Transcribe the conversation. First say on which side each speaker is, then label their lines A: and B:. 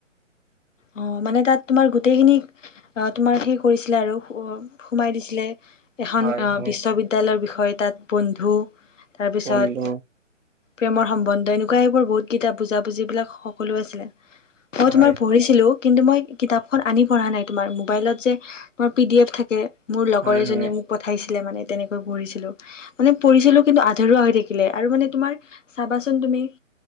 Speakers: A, on the left; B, on the right.
A: অ মানে তাত তোমাৰ গোটেইখিনি অ তোমাৰ সেই কৰিছিলে আৰু সোমাই দিছিলে এখন
B: হয় হয়
A: বিশ্ববিদ্যালয়ৰ বিষয়ে তাত বন্ধু তাৰপিছত
B: বন্ধু
A: প্ৰেমৰ সম্বন্ধ এনেকুৱা সেইবোৰ বহুত কিতাপ বুজা বুজি বিলাক সকলো আছিলে মই
B: হয়
A: তোমাৰ পঢ়ি -ছিলো কিন্তু মই কিতাপখন আনি পঢ়া নাই তোমাৰ মোবাইলত যে তোমাৰ পি ডি এফ থাকে মোৰ লগৰ
B: হয়
A: এজনীয়ে
B: হয়
A: মোক পঠাইছিলে মানে তেনেকৈ পঢ়িছিলো। মানে পৰিছিলো কিন্তু আধৰুৱা হৈ থাকিলে। আৰু মানে তোমাৰ চাবাচোন তুমি